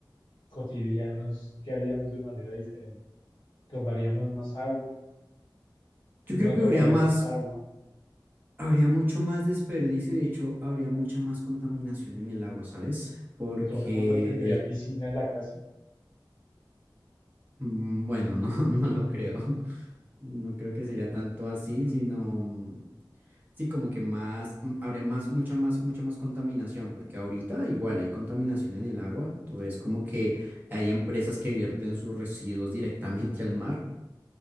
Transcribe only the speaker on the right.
Yo
creo que
habría más,
habría mucho más desperdicio y de hecho habría mucha más contaminación en el agua, ¿sabes? Porque
de,
mm, bueno, no, <laughs> no lo creo. No creo que sería tanto así, sino mm, sí como que más, mm, habría más, mucha más, mucha más contaminación, porque ahorita igual hay contaminación en el agua. Entonces como que hay empresas que vierten sus residuos directamente al mar